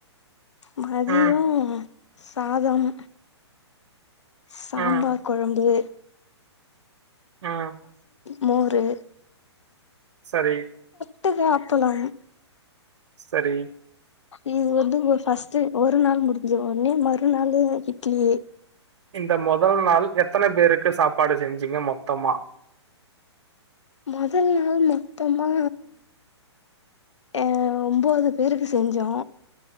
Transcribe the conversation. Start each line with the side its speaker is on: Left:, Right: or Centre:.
Left: மதியோ
Right: ம்
Left: சாதம் சாம்பார்
Right: ம்
Left: கொழம்பு
Right: ம்
Left: மோறு
Right: சரி
Left: தொட்டுக்க அப்பளம்
Right: சரி
Left: இது வந்து ஒர் ஃபஸ்ட்டு ஒரு நாள் முடுஞ்சுது ஒன்னே மறுநாளு இட்லி
Right: இந்த மொதல் நாள் எத்தன பேருக்கு சாப்பாடு செஞ்சீங்க மொத்தமா
Left: மொதல் நாள் மொத்தமா அ ஒன்போது பேருக்கு செஞ்சோ